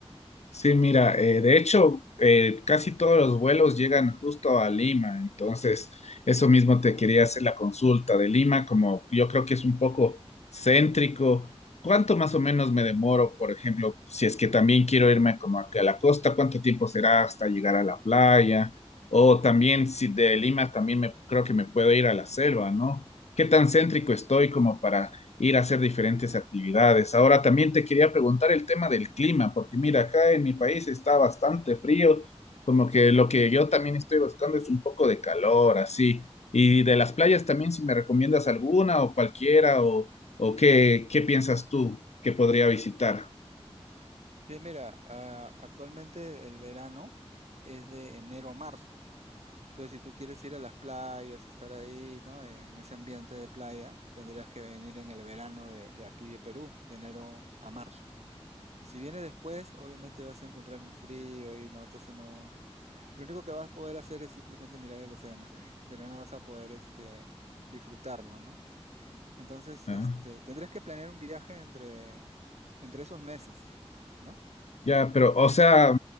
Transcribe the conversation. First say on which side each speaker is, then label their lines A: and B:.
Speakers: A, on the left; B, on the right.
A: Sí, mira, eh, de hecho, eh, casi todos los vuelos llegan justo a Lima, entonces eso mismo te quería hacer la consulta de Lima, como yo creo que es un poco céntrico. ¿Cuánto más o menos me demoro, por ejemplo, si es que también quiero irme como aquí a la costa, cuánto tiempo será hasta llegar a la playa? O también si de Lima también me creo que me puedo ir a la selva, ¿no? ¿Qué tan céntrico estoy como para ir a hacer diferentes actividades. Ahora también te quería preguntar el tema del clima, porque mira, acá en mi país está bastante frío, como que lo que yo también estoy buscando es un poco de calor, así. Y de las playas también, si me recomiendas alguna o cualquiera, o, o qué, qué piensas tú que podría visitar.
B: Bien, mira, ah, actualmente el verano es de enero a marzo. Entonces, si tú quieres ir a las playas, estar ahí, ¿no? En ese ambiente de playa, tendrías que venir en el verano de, de aquí de Perú, de enero a marzo. Si viene después, obviamente vas a encontrar un frío y no, entonces no. Lo único que vas a poder hacer es simplemente mirar el océano, <laughs> pero no vas a poder este, disfrutarlo, ¿no? Entonces,
A: Ah,
B: este, tendrías que planear un viaje entre, entre esos meses, ¿no?
A: Ya, pero, o sea,